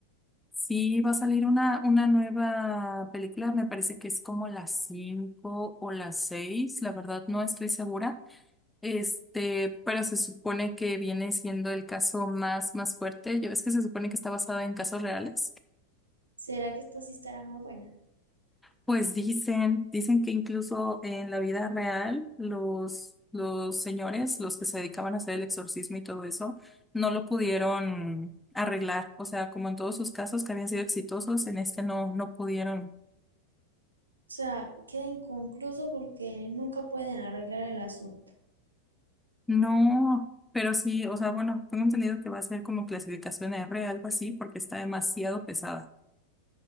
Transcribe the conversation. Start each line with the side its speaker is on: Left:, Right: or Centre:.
Centre: Sí, va a salir una, una nueva película. Me parece que es como las 5 o las 6. La verdad no estoy segura. Este, pero se supone que viene siendo el caso más, más fuerte. Ya ves que se supone que está basada en casos reales.
Right: ¿Será que esta sí estará más buena?
Centre: Pues dicen, dicen que incluso en la vida real los, los señores, los que se dedicaban a hacer el exorcismo y todo eso, no lo pudieron arreglar. O sea, como en todos sus casos que habían sido exitosos, en este no, no pudieron.
Right: O sea, queda inconcluso porque nunca pueden arreglar el asunto.
Centre: No, pero sí, o sea, bueno, tengo entendido que va a ser como clasificación R, algo así, porque está demasiado pesada.